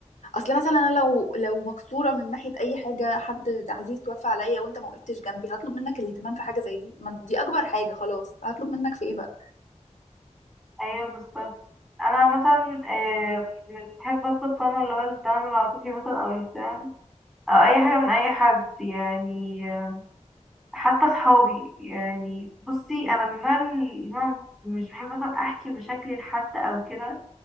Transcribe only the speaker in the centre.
ايوه بالظبط انا عامه آه، يعني بحب اطلب فاهمة اللي هو الدعم العاطفي مثلا او الاهتمام او اي حاجه من اي حد يعني آه، حتى صحابي يعني بصي انا من النوع اللي أنا مش بحب مثلا احكي مشاكلي لحد او كده